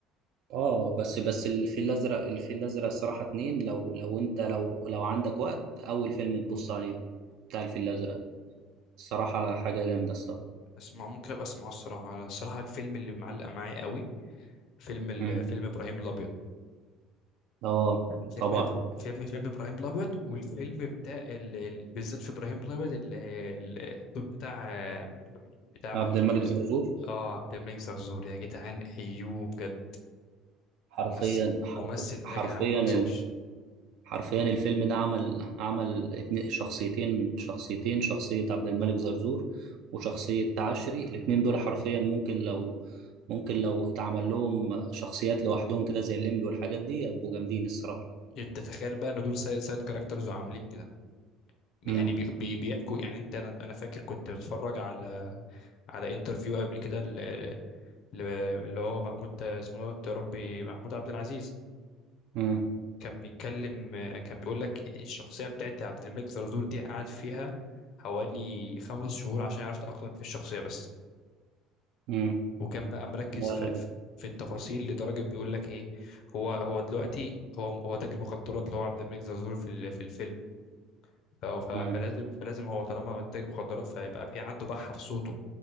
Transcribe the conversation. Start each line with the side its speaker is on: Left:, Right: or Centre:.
Right: آه، بس بس الفيل الازرق الفيل الازرق الصراحه اتنين لو لو انت لو لو عندك وقت اول فيلم تبص عليه بتاع الفيل الازرق الصراحه حاجه جامده الصراحه
Left: اسمع ممكن ابقى اسمعه الصراحة انا الصراحة الفيلم اللي معلق معايا قوي فيلم ال-
Right: مم.
Left: فيلم ابراهيم الابيض
Right: اه
Left: فيلم
Right: طبعا
Left: إبر- فيلم فيلم ابراهيم الابيض والفيلم بتاع ال... ال- بالذات في ابراهيم الابيض ال- ال- الدور بتاع بتاع
Right: عبد
Left: محمود
Right: الملك زرزور
Left: اه عبد الملك زرزور يا جدعان ايوه بجد
Right: حرفيا
Left: ممثل
Right: حرف-
Left: ممثل
Right: حرفيا
Left: ده يا جدعان ما حصلش
Right: حرفيا الفيلم ده عمل عمل اتنين شخصيتين شخصيتين شخصية عبد الملك زرزور وشخصية تعشري الاتنين دول حرفيا ممكن لو ممكن لو اتعمل لهم شخصيات لوحدهم كده زي الليمبي والحاجات دي يبقوا جامدين الصراحة
Left: انت تخيل بقى ان دول سايد سايد كاركترز وعاملين كده يعني
Right: امم
Left: بي بي بيحكوا يعني انت انا انا فاكر كنت بتفرج على على انترفيو قبل كده ل- ل- اللي هو محمود اسمه دوت يا ربي محمود عبد العزيز
Right: امم
Left: كان بيتكلم كان بيقول لك الشخصيه بتاعت عبد الملك زرزور دي قعد فيها حوالي خمس شهور عشان يعرف يتأقلم في الشخصيه بس
Right: امم
Left: وكان بقى مركز
Right: لا
Left: في
Right: لا
Left: في في التفاصيل لدرجه بيقول لك ايه هو هو دلوقتي هو هو تاجر مخدرات اللي هو عبد الملك زرزور في ال- في الفيلم ف- ف- فلازم
Right: امم
Left: فلازم هو طالما تاجر مخدرات فيبقى في عنده بحه في صوته